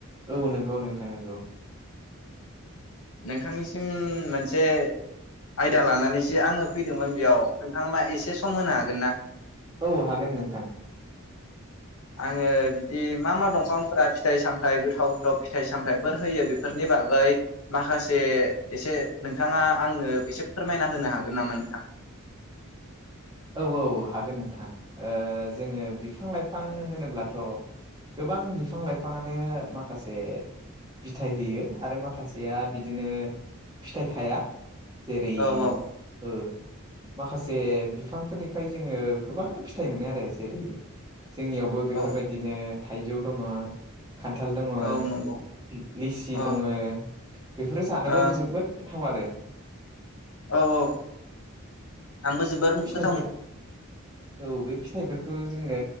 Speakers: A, on the right (about 20°); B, on the left (about 85°).
A: औ नंगौ नोंथां नोंगौ।
B: नोंथांनिसिम मोनसे आयदा लानानैसो आङो फैदोंमोन बेयाव नोंथाङा मा एसे सम होनो हागोन ना?
A: औ हागोन नोंथां।
B: आङो बिदि मा मा दंफांफोरा फिथाइ सामथाय गोथाव गोथाव फिथाइ सामथाइफोर होयो बेफोरनि बागै माखासे एसे नोंथाङा आंनो एसे फोरमायना होनो हागोन नामा नोंथां?
A: औ औ हागोन नोंथां ओ जोङो बिफां लाइफां होनोब्लाथ' गोबां बिफां लाइफाङानो माखासे बिथाय होयो आरो माखासेया बिदिनो फिथाइ थाया जेरै
B: औ औ
A: ओ माखासे बि बिफांफोरनिफ्राय जोङो गोबां फिथाइ मोनो आरो जेरै जोंनियावबो बेफोरबायदिनो
B: औ
A: थाइजौ दङ'। खान्थाल दङ,
B: औ नंगौ
A: लि-लिसि
B: औ
A: दङ' बेफोरो जानोबो
B: ओ
A: जोबोद गोथाव आरो।
B: औ औ आंबो जोबोर मो गो
A: बोफोर्स औ बे फिथाइफोर खो जोङो